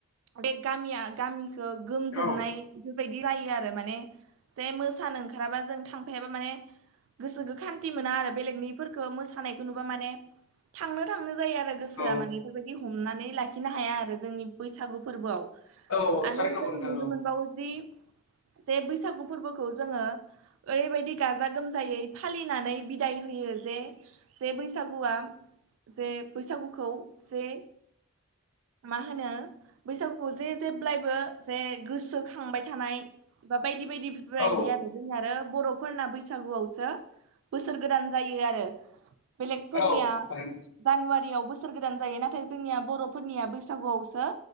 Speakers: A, on the right (about 70°); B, on the left (about 70°).
A: बे गामिया <inaudible> गामिखौ गोमजोबनाय
B: औ
A: बेफोरबायदि गलायो आरो माने जे मोसानो ओंखाराबा जों थांफायाबा माने गोसोखौ खान्थि मोना आरो बेलेगनिफोरखौ मोसानायखौ नुबा माने थांनो थांनो जायो आरो गोसोआ
B: औ
A: माने बेफोरबायदि हमनानै लाखिनो हाया आरो जोंनि बैसागु फोरबोआव
B: औ थारैनो
A: आरो
B: नंगौ
A: जों
B: नोंथां
A: नुनो
B: औ
A: मोनबावो जि जे बैसागु फोरबोखौ जोङो ओरैबायदि गाजा गोमजायै फालिनानै बिदाय होयो जे जे बैसागुआ जे बैसागुखौ जे मा होनो बैसागुखौ जे जेब्लायबो जे गोसोखांबाय थानाय बा बायदि बायदि बायदि
B: औ
A: आरो। जों आरो बर'फोरना बैसागुआवसो बोसोर गोदान जायो आरो। बेलेगफोरनिया
B: औ थारैनो
A: जानुवारियाव बोसोर गोदान जायो नाथाय जोंनिया बर' फोरनिया बैसागुआवसो